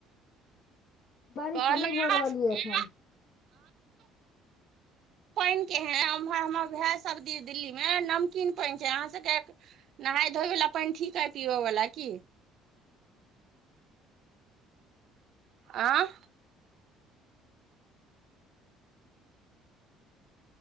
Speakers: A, on the left; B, on the right.
A: बारिश
B: <inaudible> कहलास
A: तऽ नहि भऽ रहल यऽ
B: <unintelligible>
A: एखन
B: पइन केहेन? उम्हर हमर भैऽ सब दि दिल्ली में नमकीन पइन छै अहाँ सबके नहाय धोइयो वला पइन ठीक अय पीबऽ वला की? आं?